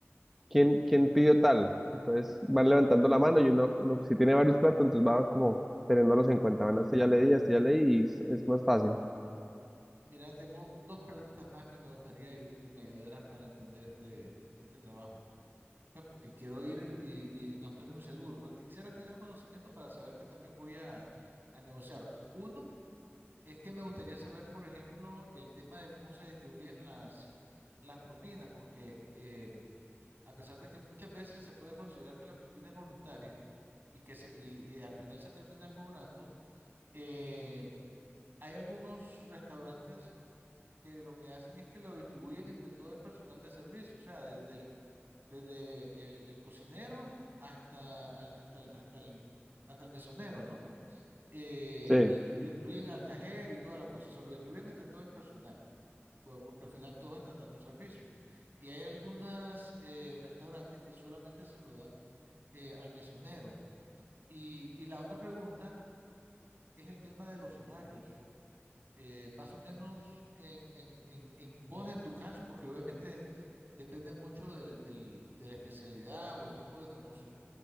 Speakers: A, in the centre; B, on the right.
A: quién, quién pidió tal? Entonces van levantando la mano y uno, uno si tiene varios platos, entonces va como teniéndolos en cuenta. Bueno, este ya le di, este ya le di, y es, es más fácil.
B: Mira, tengo dos preguntas más que me gustaría ayu- que me ayudaras para entender este, este trabajo. Pues porque quiero ir y, y no estoy muy seguro. Pues quisiera tener conocimiento para saber que también voy a, a negociar. Uno es que me gustaría saber, por ejemplo, el tema de cómo se distribuyen las, las propinas, porque eh, a pesar de que muchas veces se puede considerar que la propina es voluntaria y que se, y, y al final se termina cobrando, eh, hay algunos restaurantes que lo que hacen es que lo distribuyen entre todo el personal de servicio, o sea, desde el, desde el, el cocinero hasta, al- hasta, el, hasta, el, hasta el mesonero, ¿no? Eh,
A: Sí.
B: inclu- incluyen al cajero y toda la cosa, se lo distribuyen entre todo el personal, po- porque al final todos están dando un servicio. Y hay algunos restaurantes que solamente se lo dan eh, al mesonero. Y, y la otra pregunta es el tema de los horarios. eh, más o menos en, en, en, en vos, en tu caso, porque obviamente Depende mucho del, del- de la especialidad o el tipo de negocio.